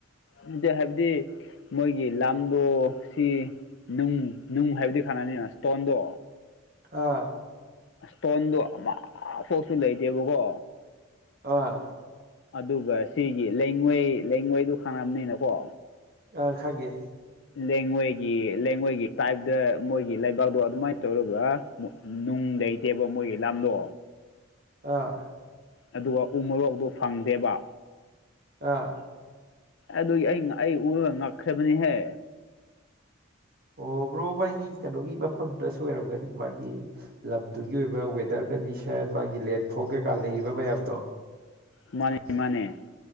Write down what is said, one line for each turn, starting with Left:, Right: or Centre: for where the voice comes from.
Left: ꯅꯇꯦ ꯍꯥꯏꯕꯗꯤ ꯃꯣꯏꯒꯤ ꯂꯝꯗꯣ ꯁꯤ ꯅꯨꯡ ꯅꯨꯡ ꯍꯥꯏꯕꯗꯤ ꯈꯪꯅꯅꯤꯅ ꯏꯁ꯭ꯇꯣꯟꯗꯣ
Right: ꯑꯥ꯫
Left: ꯁ꯭ꯇꯣꯟꯗꯣ ꯑꯃꯥꯐꯧꯁꯨ ꯂꯩꯇꯦꯕꯀꯣ꯫
Right: ꯑꫭꯑ꯫
Left: ꯑꯗꯨꯒ ꯁꯤꯒꯤ ꯂꯩꯉꯣꯏ ꯂꯩꯉꯣꯏꯗꯨ ꯈꯪꯔꯝꯅꯤꯅꯀꯣ꯫
Right: ꯑ ꯈꯪꯉꯦ꯫
Left: ꯂꯦꯉꯣꯏꯒꯤ ꯂꯦꯉꯣꯏꯒꯤ ꯇꯥꯏꯞꯇ ꯃꯣꯏꯒꯤ ꯂꯩꯕꯥꯛꯗꯣ ꯑꯗꯨꯃꯥꯏꯅ ꯇꯧꯔꯒ ꯃꫭ ꯅꯨꯡ ꯂꯩꯇꯦꯕ ꯃꯣꯏꯒꯤ ꯂꯥꯝꯗꯣ꯫
Right: ꯑꯥ꯫
Left: ꯑꯗꯨꯒ ꯎ ꯃꯣꯔꯣꯛꯇꯣ ꯐꯪꯗꯦꯕ꯫
Right: ꯑꯥ꯫
Left: ꯑꯗꯨꯒꯤ ꯑꯩ ꯉ ꯑꯩ ꯎꯔꯒ ꯉꯛꯈ꯭ꯔꯕꯅꯤꯍꯦ꯫
Right: ꯑꯣ ꯕ꯭ꯔꯣ ꯃꯥꯒꯤ ꯀꯩꯅꯣꯒꯤ ꯃꯐꯝꯗꯨꯗꯁꯨ ꯑꯣꯏꯔꯝꯒꯅꯤ ꯃꯥꯒꯤ ꯂꯝꯗꯨꯒꯤ ꯑꯣꯏꯕ ꯋꯦꯗꯔ ꯀꯟꯗꯤꯁꯟ ꯃꯥꯒꯤ ꯂꯦꯟꯐꯣꯔꯝ ꯀꯩꯀꯥ ꯂꯩꯔꯤꯕ ꯃꯌꯥꯝꯗꯣ꯫
Left: ꯃꯥꯅꯦ
Right: <unintelligible>
Left: ꯃꯥꯅꯦ